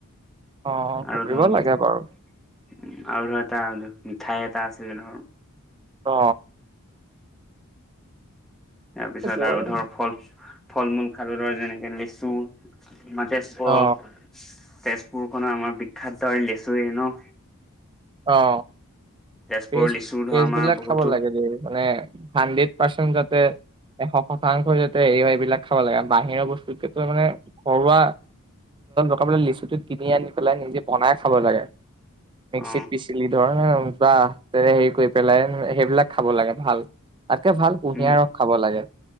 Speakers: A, on the right; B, in the centre.
A: অ
B: আৰু
A: কৰিব
B: ধৰ
A: লাগে
B: আৰু
A: বাৰু
B: ধৰ এটা ধ মিঠাই এটা আছিলে ধৰ
A: অ
B: তাৰ পিছত
A: সেইটোৱে।
B: আৰু ধৰ ফল ফল মূল খালো ধৰ যেনেকে লেচু আমাৰ তেজপুৰ
A: অ
B: তেজপুৰ খনৰ আমাৰ বিখ্যাত ত লেচুৰ এ ন
A: অ
B: তেজপুৰৰ
A: ফেছ
B: লিচু
A: ফেচ
B: ধৰ আমাৰ
A: বিলাক
B: বহুতো
A: খাব লাগে মানে হান্দেত পাসেন প এশ শতাংশই যাতে এই এইবিলাক খাব লাগে বাহিৰৰ বস্তুতকেতো মানে ঘৰুৱা খ পলে লিচুটো কিনি আনি পেলাই নিজে বনাই খাব লাগে মিক্সিতত
B: অ
A: পিচি লি দ নে বাহ তে হেৰি কৰি পেলাই সেইবিলাক খাব লাগে ভাল। তাকে ভাল কুঁহিয়াৰ
B: উম
A: ৰস খাব লাগে।